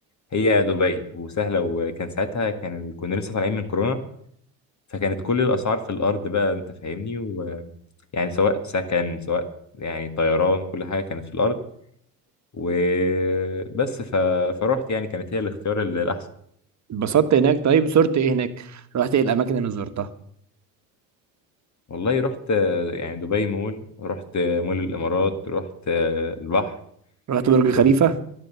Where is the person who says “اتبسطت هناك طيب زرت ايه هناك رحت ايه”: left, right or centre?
Right